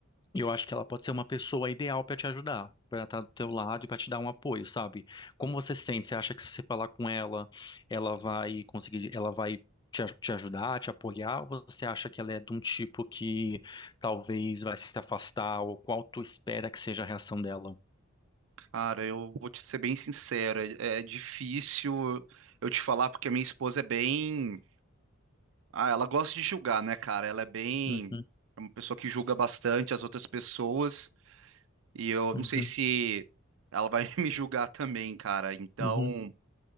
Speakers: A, on the left; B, on the right.
A: e eu acho que ela pode ser uma pessoa ideal para te ajudar. Para estar do teu lado e para te dar um apoio, sabe? Como você se sente? Você acha que se você falar com ela, ela vai conseguir, ela vai te, aj- te ajudar, te apoiar? Ou você acha que ela é de um tipo que talvez vai se afastar? Ou qual tu espera que seja a reação dela?
B: Cara, eu vou te ser bem sincero, é, é difícil eu te falar porque a minha esposa é bem, ah, ela gosta de julgar, né, cara? Ela é bem,
A: Uhum,
B: é uma pessoa que julga bastante as outras pessoas e eu
A: uhum,
B: não sei se ela vai <laughs> me julgar também, cara. Então,
A: uhum,